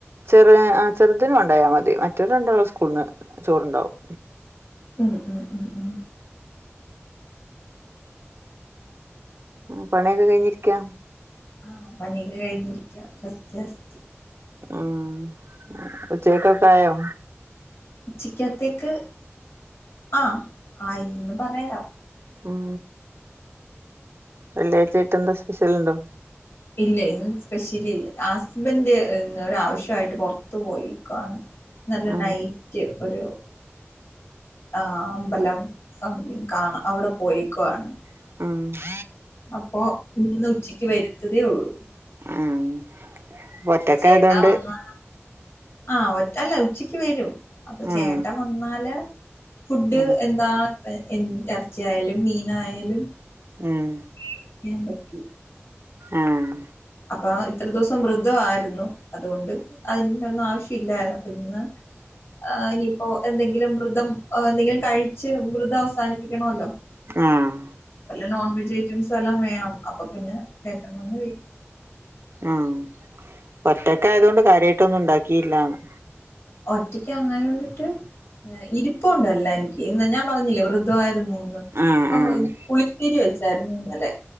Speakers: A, on the right; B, on the left.
A: ചെറ് ആ ചെറുതിനു കൊണ്ടായാൽ മതി. മറ്റൊല് രണ്ടാളും സ്കൂളിന്ന് ചോറുണ്ടാവും.
B: ഉം ഉം ഉം ഉം
A: ആ പണിയൊക്കെ കഴിഞ്ഞിരിക്കാ?
B: ആഹ് പണിയൊക്കെ കഴിഞ്ഞിരിക്കാ റസ്റ്റ് റസ്റ്റ്.
A: ആഹ് ഉച്ചക്കൊക്കെ ആയോ?
B: ഉച്ചിക്കത്തേക്ക് ആഹ് ആയിന്ന് പറയാം.
A: ഉം വെള്ളിയാഴ്ചായിട്ട് എന്താ സ്പെഷ്യലുണ്ടോ?
B: ഇല്ല ഇന്ന് സ്പെഷ്യലില്ല ആ ഹസ്ബൻഡ് ഇന്ന് ഒരാവശ്യായിട്ട് പുറത്തു പോയേക്കുവാണ്. ഇന്നലെ
A: ഉം
B: നൈറ്റ് ഒരു ആഹ് അമ്പലം സംതിങ്ങ് കാണാൻ അവിടെ പോയെക്കുവാണ്.
A: ആഹ്
B: അപ്പോ ഇന്ന് ഉച്ചയ്ക്ക് വരുത്തതേയുള്ളൂ.
A: ആഹ് ഒറ്റക്കായതോണ്ട്
B: ചേട്ടാ വന്നാ ആഹ് ഒറ്റ അല്ല ഉച്ചക്ക് വരും അപ്പൊ ചേട്ടൻ
A: ഉം
B: വന്നാല് ഫുഡ്
A: ഉം
B: എന്താ എറച്ചിയായാലും മീനായാലും
A: ഉം
B: <unintelligible> പറ്റൂ
A: ആഹ്
B: അപ്പൊ ഇത്ര ദിവസം വൃധ ആയിരുന്നു അതുകൊണ്ട് അതിന്റെ ഒന്നും ആവശ്യ ഇല്ലായിരുന്ന് ഇപ്പിന്ന് ആഹ് ഇനിയിപ്പോ എന്തെങ്കിലും വൃധം എന്തെങ്കിലും കഴിച്ച് വൃധം അവസാനിപ്പിക്കണവല്ലോ.
A: ആഹ്
B: നോൺ വെജ് ഐറ്റംസ് എല്ലാം വേണം അപ്പൊ പിന്നെ ഏട്ടൻ വന്ന്
A: ആഹ് ഒറ്റക്കായതൊണ്ട് കാര്യായിട്ടൊന്നും ഉണ്ടാക്കിയില്ലാന്ന്.
B: ഒറ്റക്ക് അങ്ങനൊണ്ടിട്ട് ഇരിപ്പൊണ്ടല്ല എനിക്ക് ഇന്ന് ഞാൻ പറഞ്ഞില്ലേ വൃധമായിരുന്നുന്ന്.
A: ആഹ്
B: <unintelligible>
A: ആഹ്
B: പുളിശ്ശേരി വെച്ചായിരുന്നു ഇന്നലെ